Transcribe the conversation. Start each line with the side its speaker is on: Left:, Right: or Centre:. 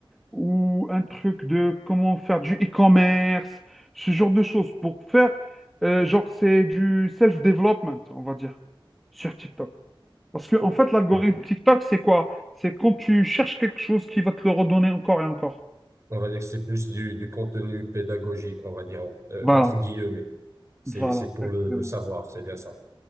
Centre: ou un truc de comment faire du e-commerce, ce genre de choses. Pour faire, euh, genre, c'est du self-development, on va dire, sur TikTok. Parce que, en
Right: Oh,
Centre: fait, l'algorithme
Right: oui.
Centre: TikTok, c'est quoi? C'est quand tu cherches quelque chose qui va te le redonner encore et encore.
Right: On va dire que c'est plus du du contenu pédagogique, on va dire en- euh,
Centre: Voilà,
Right: entre guillemets. C'est
Centre: voilà,
Right: c'est pour
Centre: précisément.
Right: le le savoir, c'est bien ça.